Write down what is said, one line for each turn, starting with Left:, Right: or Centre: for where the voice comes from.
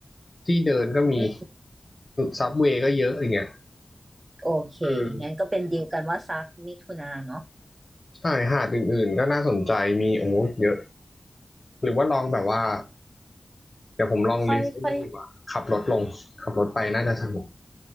Left: ที่เดินก็มี
Right: อืม
Left: ซับเวย์ก็เยอะอย่างเงี้ย
Right: โอเคงั้นก็เป็นดีลกันว่าซักมิถุนาเนาะ
Left: อืมใช่หาดอื่นๆก็น่าสนใจมีโอ้โหเยอะหรือว่าลองแบบว่าเดี๋ยวผมลองลิสต์ไอ้นี่ดีกว่าขับรถลงขับรถไปน่าจะสนุก
Right: ค่อยค่อย